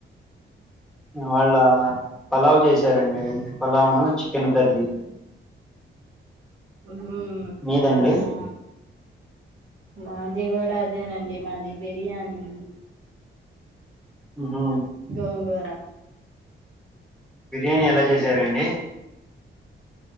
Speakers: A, in the centre; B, on the right.
A: ఈ వాళ్ళ పలావ్ చేసారండి పలావును చికెన్ కర్రీ
B: ఉ
A: మీదండి
B: అవునా మాది గూడా అదేనండి మాది బిర్యానీ
A: ఉహు
B: గోంగూర
A: బిర్యానీ ఎలా చేశారండి